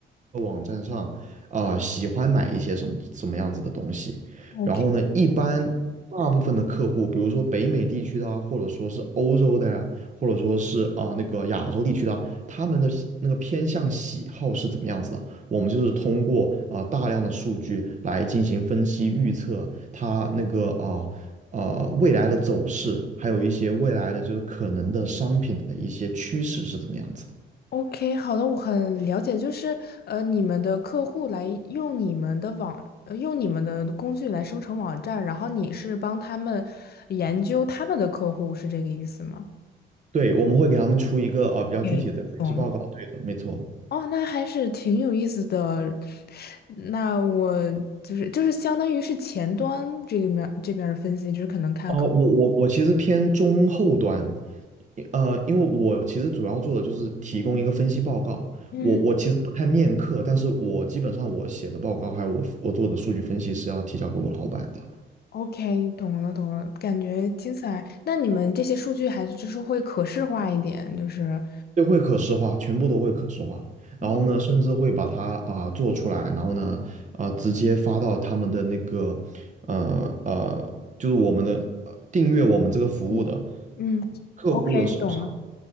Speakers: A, on the right; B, on the left.
A: 网站上啊、呃喜欢买一些什么什么样子的东西。
B: ，OK。
A: 然后呢，一般大部分的客户，比如说北美地区的啊，或者说是欧洲的呀、或者说是啊、那个亚洲地区的啊他们的喜那个偏向喜好是怎么样子的？我们就是通过啊、呃大量的数据来进行分析预测，它那个啊。呃，未来的走势，还有一些未来的就是可能的商品的一些趋势是怎么样子的？
B: OK，好的，我很了解，就是呃，你们的客户来用你们的网，呃，用你们的工具来生成网站，然后你是帮他们研究他们的客户，是这个意思吗
A: 对，我们会给他们出一个呃比较具体的分析报告。
B: ？OK，懂了。
A: 对的，没错。
B: 哦，那还是挺有意思的。<laughs> 那我就是就是相当于是前端这个面这边儿的分析，就是可能看客。
A: 哦，我我我其实偏中后端，因呃，因为我其实主要做的就是提供一个分析报告。
B: 嗯
A: 我我其实不太面课，但是我基本上我写的报告还有我我做的数据分析是要提交给我老板的。
B: ，OK，懂了懂了，感觉听起来，那你们这些数据还是就是会可视化一点，就是。
A: 对，会可视化，全部都会可视化。然后呢，
B: 哦
A: 甚至会把它啊、做出来，然后呢啊、直接发到他们的那个呃呃，就是我们的呃订阅我们这个服务的
B: 嗯嗯，OK，
A: 客户的手上，
B: 懂了，